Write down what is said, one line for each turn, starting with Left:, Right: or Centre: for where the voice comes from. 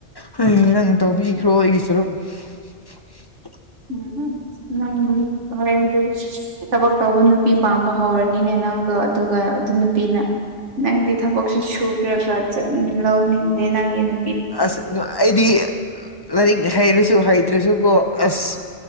Left: ꯍ ꯅꯪ ꯇꯧꯕꯤꯈ꯭ꯔꯣ ꯑꯩꯒꯤ ꯁꯔꯨꯛ <inaudible>
Right: ꯎꯝ ꯎꯪ ꯍꯔꯦꯟꯗꯤ ꯊꯕꯛ ꯇꯧꯕ ꯅꯨꯄꯤ ꯄꯥꯝꯕ ꯍꯧꯔꯅꯤꯅꯦ ꯅꯪꯗꯣ ꯑꯗꯨꯒ ꯑꯗꯨ ꯅꯨꯄꯤꯅ ꯅꯪꯗꯤ ꯊꯕꯛꯁꯤ ꯁꯨꯨꯔ꯭ꯔꯒ ꯆ ꯂꯧꯅꯤꯗꯦ ꯅꯪꯦꯅ
Left: ꯑꯁ ꯑꯩꯗꯤ ꯂꯥꯏꯔꯤꯛ ꯍꯩꯔꯁꯨ ꯍꯩꯇ꯭ꯔꯁꯨꯀꯣ ꯑꯁ